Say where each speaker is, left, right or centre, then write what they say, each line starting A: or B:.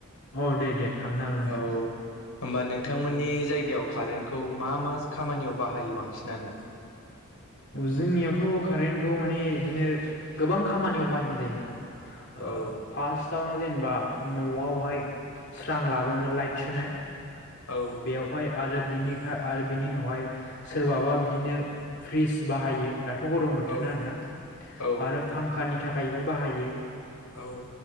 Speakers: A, on the left; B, on the left.
A: औ दे दे खामनो हागोन नोंथां।
B: औ होमबा नोंथांमोननि जायगायाव कारेन्टखौ मा मा खामानियाव बाहायो बांसिनानो।
A: जोंनियावथ' कारेन्टखौ माने इदिनो गोबां खामानियाव बाहायनाय जायो नोंथां। ओ
B: औ
A: फास्त तआवनो जेनेबा न'आवहाय स्रां लाबानो लाइट सुनाय
B: औ
A: बेयावहाय आरो बिनिखाय आरो बिनि उनावहाय सोरबाबा बिदिनो फ्रिज बाहायो दाथ' गरम बोथोर
B: औ
A: ना नोंथां
B: औ
A: आरो फांखानि नि थाखायबो बाहायो।
B: औ